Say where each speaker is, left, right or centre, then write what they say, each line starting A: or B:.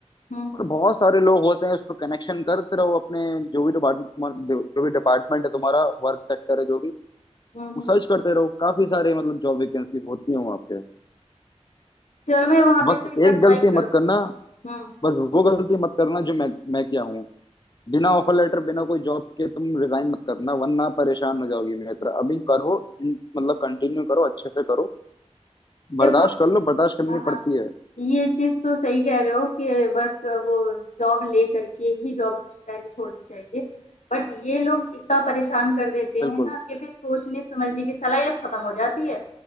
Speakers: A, on the left; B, on the left.
A: हम्म
B: और
A: हम्म,
B: बहुत सारे लोग होते हैं उस पर कनेक्शन करते रहो अपने जो भी डिपार्टमेंट जो भी डिपार्टमेंट है तुम्हारा वर्क सेक्टर है जो भी
A: हम्म।
B: वो
A: हम्म।
B: सर्च करते रहो काफी सारे मतलब जॉब वैकेंसी होती है वहाँ पे
A: चलो मैं वहां पे
B: बस
A: तो एक बार
B: एक
A: ट्राई
B: गलती
A: करूंगी
B: मत करना
A: हम्म
B: बस वो गलती मत करना जो मैं मैं किया हूँ बिना
A: हम्म।
B: ऑफर लेटर बिना कोई जॉब के तुम रिजाइन मत करना वरना परेशान हो जाओगी मित्र अभी करो इन- मतलब कंटिन्यू करो अच्छे से करो बर्दाश्त
A: देखो
B: कर लो बर्दाश्त करनी
A: हाँ हाँ
B: पड़ती है
A: ये चीज तो सही कह रहे हो कि वर्क वो जॉब ले करके ही जॉब पहले छोड़नी चाहिए बट ये लोग इतना परेशान कर देते
B: बिल्कुल
A: हैं ना कि फिर सोचने समझने की सलाहियत खत्म हो जाती है